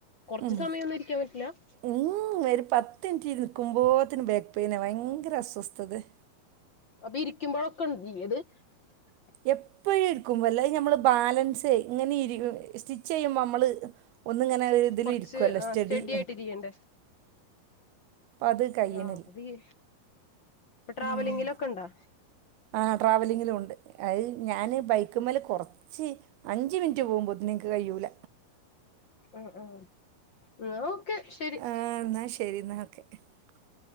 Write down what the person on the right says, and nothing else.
ഉം.
ഉം, ഒരു പത്ത് മീറ്റ് ഇരിക്കുമ്പോത്തിന് ബാക്ക് പെയിന ഭയങ്കര അസ്വസ്ഥതയാ-
എപ്പഴും ഇരിക്കും വല്ലാതെ നമ്മള് ബാലൻസ് ഇങ്ങനെ ഇരി- സ്റ്റിച്ച് ചെയ്യുമ്പോ നമ്മള് ഒന്ന് ഇങ്ങനെ ഇതില്
ഇരിക്കുവല്ലോ സ്റ്റഡി-
അത് കഴിയണില്ല
ഉം
ആ ട്രാവലിങ്ങിലും ഒണ്ട് അത് ഞാന് ബൈക്കും മേലെ കൊറച്ച് അഞ്ച് മിനിറ്റ് പോകുമ്പോ- എനിക്ക് കഴിയൂല
ആ എന്നാൽ <unintelligible>